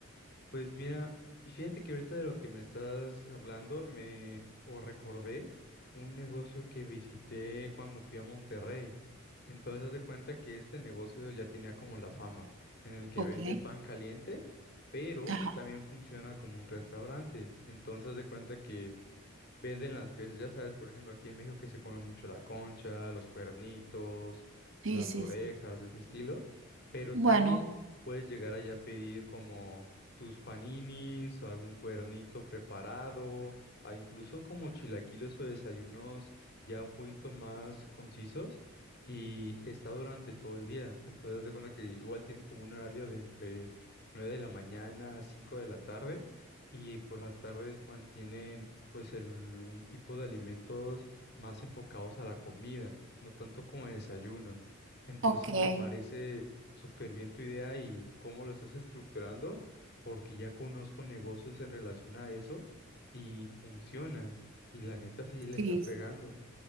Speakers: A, on the left (about 45°); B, on the right (about 60°).
A: Pues mira, fíjate que ahorita de lo que me estás hablando, me o recordé un negocio que visité cuando fui a Monterrey. Entonces, haz de cuenta que este negocio ya tenía como la fama, en el que
B: Ok,
A: vende pan caliente, pero
B: ajá,
A: también funciona como un restaurante. Entonces, haz de cuenta que Venden las piezas, ya sabes, por ejemplo, aquí en México que se come mucho la concha, los cuernitos,
B: sí,
A: las
B: sí,
A: orejas,
B: sí.
A: de ese estilo, pero
B: Bueno,
A: también puedes llegar allá a pedir como tus paninis o algún cuernito preparado, a incluso como chilaquiles o desayunos ya un poquito más concisos y está durante todo el día, entonces haz de cuenta que igual tiene como un horario de entre 9 de la mañana a 5 de la tarde y por las tardes mantienen pues el, un tipo de alimentos más enfocados a la comida, no tanto como el desayuno. Entonces
B: ok, sí,
A: me parece súper bien tu idea y cómo lo estás estructurando, porque ya conozco negocios en relación a eso y funcionan. Y la neta sí le
B: sí,
A: está pegando.